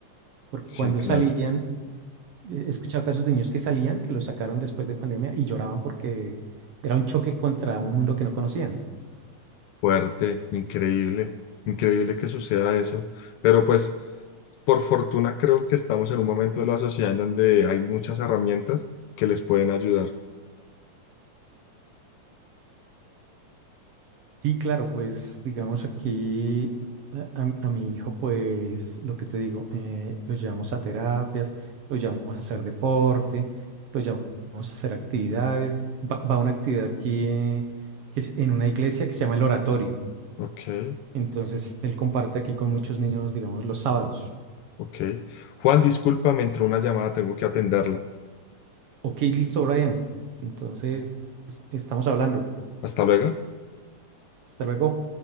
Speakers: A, on the right (about 60°); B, on the left (about 85°).
A: porque
B: sí,
A: cuando
B: claro,
A: salían, eh, he escuchado casos de niños que salían, que los sacaron después de pandemia y lloraban porque era un choque contra un mundo que no conocían.
B: fuerte, increíble, increíble que suceda eso, pero pues por fortuna creo que estamos en un momento de la sociedad en donde hay muchas herramientas que les pueden ayudar.
A: Sí, claro, pues digamos aquí a, a- a mi hijo, pues lo que te digo, eh, lo llevamos a terapias, lo llevamos a hacer deporte, lo llevamos a hacer actividades. Va, va a una actividad aquí eh, que es en una iglesia que se llama el oratorio.
B: Ok,
A: Entonces él comparte aquí con muchos niños, digamos, los sábados.
B: ok. Juan, discúlpame, entró una llamada, tengo que atenderla.
A: Ok, listo, Brian. Entonces estamos hablando.
B: Hasta luego.
A: Hasta luego.